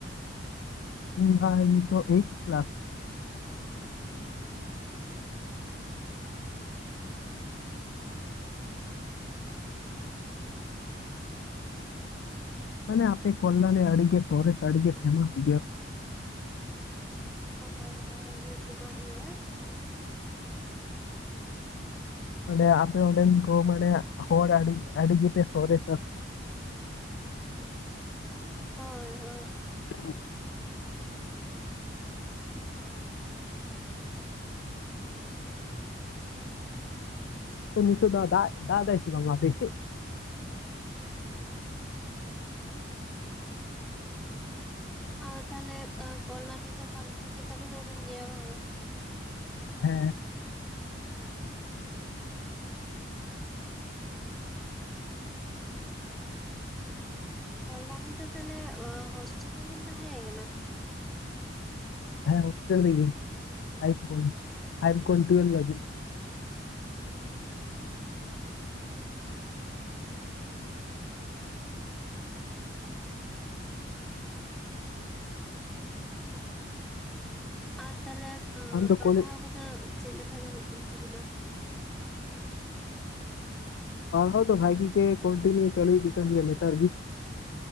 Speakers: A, on the left; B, in the centre.
A: <unintelligible> ᱱᱤᱛᱚᱜ ᱮᱭᱤᱴ ᱠᱮᱞᱟᱥ᱾ ᱢᱟᱱᱮ ᱟᱯᱮ ᱠᱚᱞᱞᱟᱞᱤ ᱟᱰᱤ ᱜᱮ ᱥᱚᱨᱮᱥ ᱟᱰᱤ ᱜᱮ ᱯᱷᱮᱢᱟᱥ ᱜᱮᱭᱟ᱾
B: ᱦᱳᱭ ᱦᱳᱭ᱾ ᱧᱩᱛᱩᱢᱟᱱ ᱜᱮᱭᱟ᱾
A: ᱢᱟᱱᱮ ᱟᱯᱮ ᱚᱸᱰᱮᱱ ᱠᱚ ᱢᱟᱱᱮ ᱦᱚᱲ ᱟᱹᱰᱤ <unintelligible> ᱜᱮ ᱯᱮ ᱥᱚᱨᱮᱥ-ᱟ᱾
B: ᱦᱳᱭ ᱦᱳᱭ᱾
A: <unintelligible> ᱛᱚ ᱱᱤᱛᱚᱜ ᱫᱚ <unintelligible> ᱫᱟᱜ ᱮᱫᱟᱭ ᱥᱤ ᱵᱟᱝ ᱟᱯᱮ ᱥᱮᱫ?
B: ᱟᱨ ᱛᱟᱦᱚᱞᱮ ᱠᱚᱞᱞᱟᱱᱤ ᱫᱚ ᱵᱷᱟᱞᱮ ᱴᱷᱤᱠ ᱜᱮᱛᱚ ᱵᱤᱱ ᱩᱨᱩᱢ ᱜᱮᱭᱟ ᱵᱟᱝᱼᱟ?
A: ᱦᱮᱸ᱾
B: ᱠᱚᱞᱟᱱᱤ ᱫᱚ ᱛᱟᱦᱚᱞᱮ ᱦᱳᱥᱴᱮᱞ ᱨᱮᱵᱤᱱ ᱛᱟᱦᱮᱸ ᱟᱠᱟᱱᱟ?
A: ᱦᱮᱸ ᱦᱤᱥᱴᱮᱞ ᱨᱮ ᱜᱮ ᱯᱷᱟᱭᱤᱵ‌ ᱠᱷᱚᱱ ᱯᱷᱟᱭᱤᱵ ᱠᱷᱚᱱ ᱴᱩᱭᱮᱞᱵᱽ ᱫᱷᱟᱵᱤᱡ᱾
B: ᱟᱨ ᱛᱟᱦᱚᱞᱮ
A: ᱟᱢ ᱫᱚ
B: ᱯᱟᱲᱦᱟᱣ
A: ᱠᱚᱞᱮᱡᱽ
B: ᱠᱚᱫᱚ ᱪᱮᱫ ᱞᱮᱠᱟ ᱪᱟᱞᱩᱜ ᱠᱟᱱ ᱛᱟᱵᱤᱱᱟ?
A: ᱯᱟᱲᱦᱟᱣ ᱫᱚ ᱵᱷᱟᱜᱤ ᱜᱮ ᱠᱚᱱᱴᱤᱱᱤᱭᱩ ᱪᱟᱞᱩ ᱤᱫᱤ ᱠᱟᱱ ᱜᱤᱭᱟ ᱞᱮᱛᱟᱲ ᱜᱮ